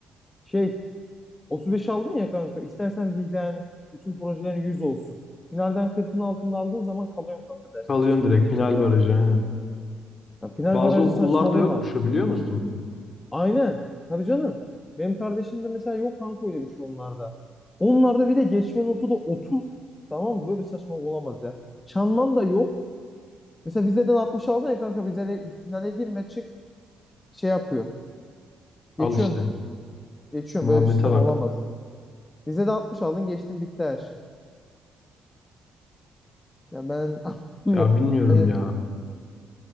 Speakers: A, on the left; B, on the left.
A: Şey, 35 aldın ya kanka, istersen viden bütün projelerin 100 olsun. Finalden kırkın altında aldığın zaman kalıyorsun kanka derste.
B: Kalıyorsun
A: Hiçbir şekilde
B: direkt
A: geçemiyorum.
B: final barajı aynen.
A: Ya final
B: Bazı
A: barajı
B: okullarda
A: saçmalığı
B: yokmuş
A: var.
B: o biliyor musun?
A: Aynen. Tabii canım. Benim kardeşim de mesela yok kanka öyle bir şey onlarda. Onlarda bir de geçme notu da otuz Tamam mı? Böyle bir saçmalık olamaz ya. Çanman da yok. Mesela vizeden 60 aldın ya kanka vizele, finale girme çık. şey yapıyor.
B: Al
A: Geçiyorsun.
B: işte.
A: Geçiyorsun.
B: Muhabbete
A: Böyle bir sistem
B: bak.
A: olamaz. Bize de 60 aldın geçtin bitti her şey. Yani ben <laughs> anlamıyorum.
B: Ya bilmiyorum
A: Yani
B: ya.